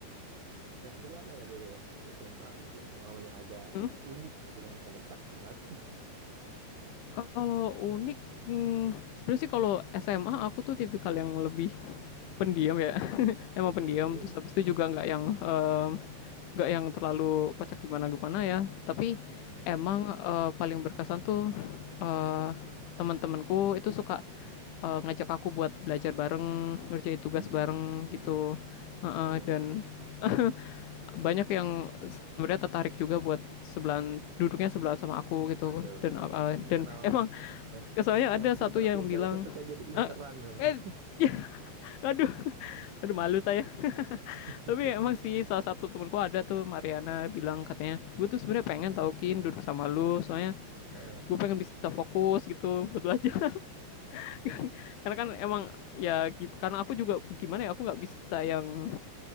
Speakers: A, on the right; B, on the left.
A: Kak sendiri ada nggak dulu waktu di SMA mungkin pengalamannya agak
B: Hmm?
A: unik gitu dan kocak kemarin.
B: Kalau unik, hmm, sebenarnya sih kalau SMA aku tuh tipikal yang lebih pendiam ya, <laughs> emang
A: <laughs> Oke.
B: pendiam. Terus habis itu juga nggak yang em, nggak yang terlalu kocak gimana gimana ya. Tapi
A: Hmm.
B: emang eh, paling berkesan tuh eh, teman-temanku itu suka eh, ngajak aku buat belajar bareng, ngerjain tugas
A: Hmm.
B: bareng gitu. Heeh,
A: Oke.
B: dan <laughs> banyak yang sebenarnya tertarik juga buat sebelahan duduknya sebelah sama aku gitu
A: Waduh.
B: dan uh,
A: Biasanya
B: dan
A: karena
B: emang
A: yang
B: ya soalnya ada
A: yang
B: satu
A: pinter-pinter
B: yang bilang
A: itu suka jadi inceran
B: "Ah,
A: memang.
B: eh ya, aduh aduh malu saya
A: <laughs>
B: tapi emang sih salah satu temanku ada tuh Mariana bilang katanya gue tuh sebenarnya pengen
A: Hmm.
B: tau Kin duduk sama lu soalnya
A: Heeh.
B: gue pengen bisa fokus gitu buat belajar <laughs> karena kan emang ya karena aku juga gimana ya aku nggak bisa yang